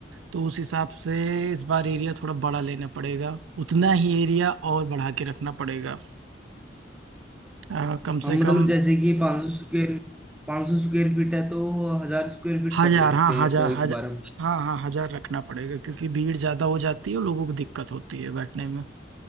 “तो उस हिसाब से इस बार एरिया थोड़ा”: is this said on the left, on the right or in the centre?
Right